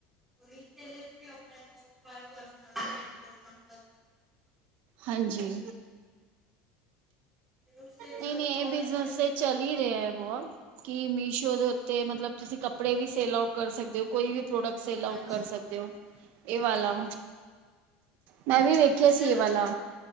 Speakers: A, in the centre; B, on the right (about 45°).
A: ਉਹੀ ਤੇ <unintelligible>
B: ਹਾਂਜੀ
A: ਫਿਰ ਉਸ ਵਿੱਚ
B: ਨਹੀਂ ਨਹੀਂ
A: ਪ੍ਰੋਡਕਟ
B: ਇਹ ਬਿਜਨਸ ਤੇ
A: ਜਿਸ ਤਰ੍ਹਾਂ
B: ਚੱਲ ਹੀ ਰਿਹਾ ਬਹੁਤ ਕਿ ਮੀਸ਼ੋ ਦੇ ਉੱਤੇ ਮਤਲਬ ਤੁਸੀਂ ਕੱਪੜੇ ਵੀ ਸੇਲ ਆਊਟ ਕਰ ਸਕਦੇ ਹੋ ਕੋਈ ਵੀ ਪ੍ਰੋਡਕਟ ਸੇਲ ਆਊਟ
A: ਹਾਂਜੀ
B: ਕਰ ਸਕਦੇ ਹੋ। ਇਹ ਵਾਲਾ
A: ਹਾਂਜੀ
B: ਮੈਂ
A: ਹਾਂਜੀ,
B: ਵੀ ਵੇਖਿਆ
A: ਜਾਂ
B: ਸੀ ਇਹ
A: ਤਾਂ
B: ਵਾਲਾ
A: ਫਿਰ